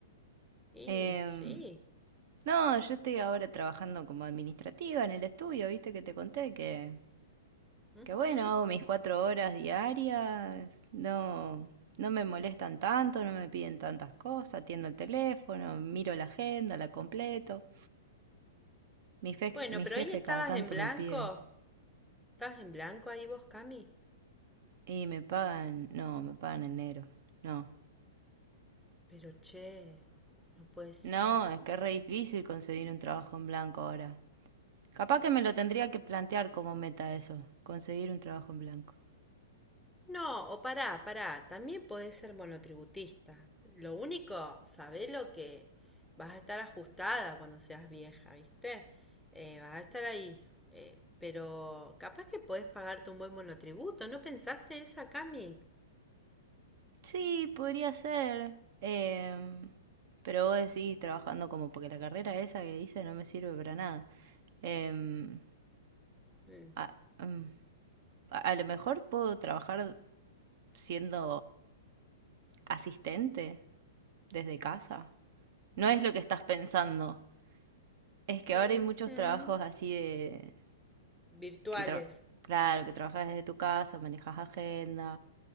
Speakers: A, in the centre; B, on the right.
A: Sí,
B: Em,
A: sí.
B: no, yo estoy ahora trabajando como administrativa en el estudio, viste que te conté que,
A: ujú.
B: que bueno, hago mis cuatro horas diarias, no, no me molestan tanto, no me piden tantas cosas, atiendo el teléfono, miro la agenda, la completo. Mi fe-
A: Bueno,
B: mi
A: pero
B: jefe
A: hoy estabas
B: cada tanto
A: en blanco.
B: me pide.
A: ¿Estabas en blanco ahí vos, Cami?
B: Y me pagan, no, me pagan en negro. No.
A: Pero che, no puede ser.
B: No, es que es re difícil conseguir un trabajo en blanco ahora. Capaz que me lo tendría que plantear como meta eso, conseguir un trabajo en blanco.
A: No, o pará, pará, también podés ser monotributista. Lo único, sabés lo que vas a estar ajustada cuando seas vieja, ¿viste? Eh, vas a estar ahí. eh, pero capaz que podés pagarte un buen monotributo, ¿no pensaste esa, Cami?
B: Sí, podría ser. em, pero vos decís trabajando como porque la carrera esa que hice no me sirve para nada. Em,
A: Mm.
B: a, em, a a lo mejor puedo trabajar siendo asistente desde casa. No es lo que estás pensando. Es que
A: Ujú.
B: ahora hay muchos trabajos así de
A: Virtuales.
B: que tra- claro, que trabajas desde tu casa, manejas agenda,